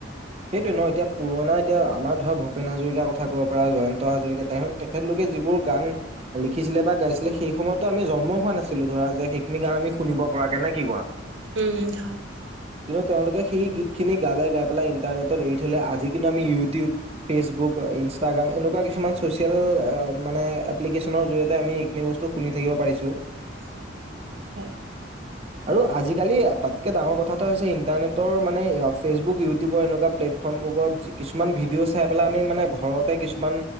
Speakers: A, on the right; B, on the right.
A: সেইটোৱে ন' এতিয়া পুৰণা এতিয়া আমাৰ ধৰা ভূপেন হাজৰিকাৰ কথা ক'ব পাৰা, জয়ন্ত হাজৰিকা তেখ-তেখেতলোকে এ যিবোৰ গান লিখিছিলে বা গাইছিলে সেই সময়তো আমি জন্ম হোৱা নাছিলো ধৰা যে সেইখিনি গান আমি শুনিব পৰাকে নে, কি কোৱা?
B: উম, হয়।
A: কিন্তু তেওঁলোকে সেই গীতখিনি গালে গাই পেলাই ইন্টাৰনেটত এৰি থ'লে আজি কিন্তু আমি ইউটিউব, ফেচবুক, ইন্ষ্টাগ্ৰাম এনেকুৱা কিছুমান চ'চিয়েল অ' মানে এপ্লিকেচনৰ জৰিয়তে আমি এইখিনি বস্তু শুনি থাকিব পাৰিছোঁ।
B: <inaudible> হয়।
A: আৰু আজিকালি তাতকৈ ডাঙৰ কথা এটা হৈছে ইণ্টাৰনেটৰ মানে ফেচবুক, ইউ টিউবৰ এনেকুৱা প্লেটফৰ্মবোৰত কিছুমান ভিদিঅ' চাই পেলাইআমি মানে ঘৰতে কিছুমান